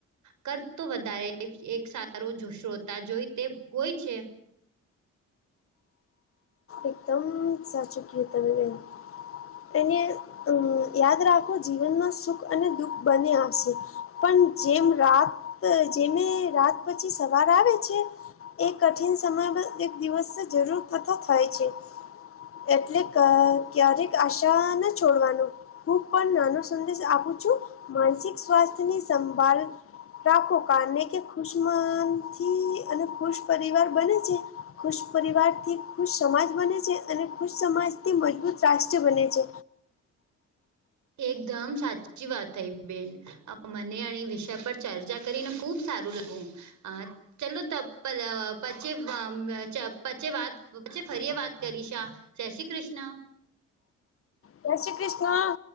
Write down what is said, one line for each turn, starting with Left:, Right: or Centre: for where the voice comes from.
Right: કર તો વધારે એક સારું શ્રોતા જોઈ તે હોય છે.
Left: એકદમ સાચું કીયુ તમે બેન. અને અમ યાદ રાખો જીવનમાં સુખ અને દુઃખ બને આવશે, પણ જેમ રાત ત જેમે રાત પછી સવાર આવે છે એ કઠિન સમય બ એક દિવસ તો જરૂર તતો થાય છે. એટલે ક ક્યારેક આશા ન છોડવાનું. હું પણ નાનો સંદેશ આપું છું. માનસિક સ્વાસ્થ્યની સંભાલ રાખો, કારને કે ખુશમનથી અને ખુશ પરિવાર બને છે. ખુશ પરિવાર થી ખુશ સમાજ બને છે. અને ખુશ સમાજ થી મજબૂત રાષ્ટ્ર બને છે.
Right: એકદમ સાચી વાત થઈ બેન. મને આઈ વિષય પર ચર્ચા કરીને ખુબ સારું લાગું. અં ચલો ત પર પછી અં ચ પછી વાત પછી ફરીએ વાત કરીશ હાં. જય શ્રી કૃષ્ણ.
Left: જય શ્રી કૃષ્ણ.